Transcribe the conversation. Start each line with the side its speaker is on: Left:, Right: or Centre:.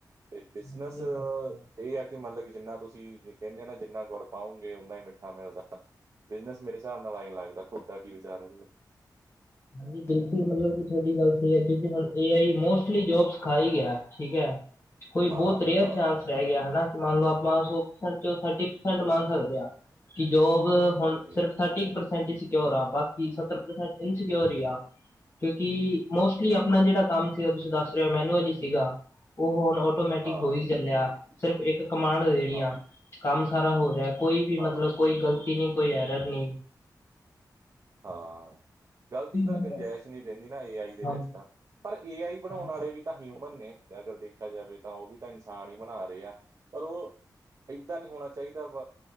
Right: ਇਹ
Left: ਹਾਂਜੀ
Right: ਬਿਜਨਸ ਇਹ
Left: ਗੱਲ ਤਾਂ ਹੈ।
Right: ਏ ਕਿ ਮਤਲਬ ਕਿ ਜਿੰਨਾ ਤੁਸੀਂ ਜੇ ਕਹਿੰਦੇ ਨਾ ਜਿੰਨਾ ਗੁੜ ਪਾਉਂਗੇ ਔਨਾ ਹੀ ਮਿਠ <unintelligible> ਬਿਜ਼ਨਸ ਮੇਰੇ ਹਿਸਾਬ ਨਾਲ ਏਹੀ ਲੱਗਦਾ। ਤੁਹਡਾ ਕੀ ਵਿਚਾਰ ਹੈ?
Left: ਹਾਂਜੀ ਬਿਲਕੁਲ ਮਤਲਬ ਕਿ, ਤੁਹਾਡੀ ਗੱਲ ਸਹੀ ਹੈ। <unintelligible> ਏ ਆਈ ਮੋਸਟਲੀ ਜੌਬਜ਼ ਖਾ ਈ ਗਯਾ, ਠੀਕ ਏ। ਕੋਈ
Right: ਹਾਂ
Left: ਬੋਤ ਰੇਅਰ
Right: ਹਾਂ
Left: ਚਾਂਸ ਰਹਿ ਗਯਾ ਹੈ ਨਾ? ਮੰਨ ਲੋ ਆਪਾਂ ਸੌ ਪ੍ਰਸੈਂਟ ਥੱਟੀ ਪ੍ਰਸੈਂਟ ਮੰਨ ਸਕਦੇ ਹਾਂ। ਕੀ ਜੋਬ ਹੁਣ
Right: ਹਾਂਜੀ
Left: ਸਿਰਫ ਥਰਟੀ ਪ੍ਰਸੈਂਟ ਈ ਸਿਕਿਓਰ ਆ, ਬਾਕੀ ਸੱਤਰ ਪ੍ਰਸੈਂਟ ਇੰਸਕਿਓਰ ਈ ਆ। ਕਿਉਂਕਿ ਮੋਸਟਲੀ ਅਪਨਾ ਜਿਹੜਾ ਕੰਮ ਸੀ ਔ ਤੁਸੀਂ ਦੱਸ ਰਹੇ ਹੋ, ਮੈਨੂਅਲ ਹੀ ਸੀਗਾ, ਔ ਹੋਰ ਆਟੋਮੈਟਿਕ
Right: ਹਾਂ
Left: ਹੋ ਈ ਚੱਲਿਆ ਸਿਰਫ ਇੱਕ ਕਮਾਂਡ ਦੇਣੀ
Right: ਹਾਂ
Left: ਆ ਕੰਮ ਸਾਰਾ ਹੋ ਜਾ ਕੋਈ ਵੀ
Right: ਹਾਂ
Left: ਮਤਲਬ ਕੋਈ ਗ਼ਲਤੀ ਨੀ, ਕੋਈ ਏਰਰ ਨੀ।
Right: ਹਾਂ, ਗ਼ਲਤੀ ਤਾਂ
Left: ਮਤਲਬ
Right: ਗੰਜਾਇਸ਼ ਨਹੀਂ ਰਹਿੰਦੀ ਨਾ ਏਆਈ ਦੇ
Left: ਹਾਂਜੀ
Right: ਵਿੱਚ ਤਾਂ ਪਰ ਏ ਆਈ ਬਣਾਉਣ
Left: ਹਾਂਜੀ
Right: ਵਾਲੇ ਵੀ ਤਾਂ ਹਿਊਮਨ ਨੇ। ਅਗਰ ਦੇਖਿਆ ਜਾਵੇ ਤਾਂ ਉਹ ਵੀ ਤਾਂ ਇਨਸਾਨ ਹੀ ਬਣਾ ਰਹੇ ਆ ਪਰ ਉਹ। ਏਦਾਂ ਨਹੀਂ ਹੋਣਾ ਚਾਹੀਦਾ ਵ